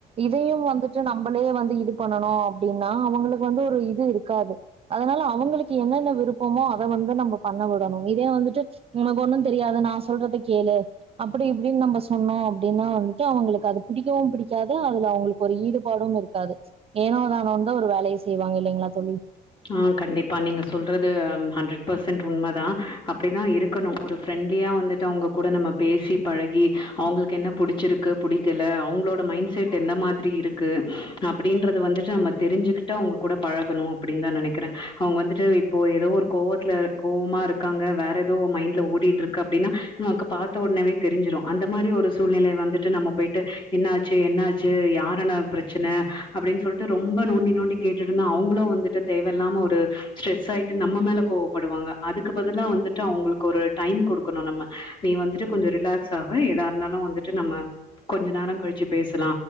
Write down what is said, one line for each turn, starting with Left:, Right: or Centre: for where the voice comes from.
Right: இதையு வந்து ட்டு நம்பளே வந்து இது பண்ணணு அப்டின்னா அவங்களுக்கு வந்து ஒரு இது இருக்காது அதனால அவுங்களுக்கு என்னென்ன விருப்பமோ அத வந்து நம்ம பண்ண விடணு இதே வந்துட்டு உனக்கு ஒன்னு தெரியாது நா சொல்றத கேளு அப்டி இப்டின் நம்ப சொன்னோ அப்டினா வந்துட்டு அவங்களுக்கு அது பிடிக்கவு பிடிக்காது அதுல அவ்ங்களுக்கு ஒரு ஈடுப் பாடும். இருக்காது ஏனோ தானோன்தா ஒரு வேலைய செய்வாங்க இல்லைங்ளா தோழி
Left: ஆ கண்டிப்பா நீங்க சொல்றது அ ஹண்ட்ரட் பர்சன்ட் உண்ம தா அப்டிதா இருக்கணு ஒரு ஃப்ரெண்ட்லியா வந்துட்டு அவ்ங்க கூட நம்ம பேசி பழகி அவ்ங்களுக்கு என்ன புடிச்சிருக்கு புடிக்கல அவ்ங்களோட மைண்ட்செட் எந்த மாதிரி இருக்கு அப்டின்றத வந்துட்டு நம்ம தெரிஞ்சுகிட்டு அவ்ங்க கூட பழகணு அப்டின் தா நெனைக்கிறே அவ்ங்க வந்துட்டு இப்போ எதோ ஒரு கோவத்துல கோவமா இருக்காங்க வேற எதோ மைண்ட்ல ஓடிட்ருக் கு அப்டின்க்னா நமக்கு பாத்த ஒட்னேவே தெரிஞ்சுரு அந்த மாரி ஒரு சூழ்நிலை வந்துட்டு நம்ம போயிட்டு என்னாச்சு என்னாச்சு யாரென்ன பிரச்சன அப்டின் சொல்ட்டு ரொம்ப நோண்டி நோண்டி கேட்டுட்ருந்தா அவங்களு வந்து ட்டு தேவயில்லாம ஒரு ஸ்ட்ரெஸ் ஆயிட்டு நம்ம மேல கோவப்படுவாங்க அதுக்கு பதிலா வந்துட்டு அவ்ங்களுக்கு ஒரு டைம் குடுக் க்கணு நம்ம நீ வந்துட்டு கொஞ்ச ரிலாக்ஸ் ஆகு எதா இருந்தாலு வந்துட்டு நம்ம கொஞ்ச நேர கழிச்சு பேசலா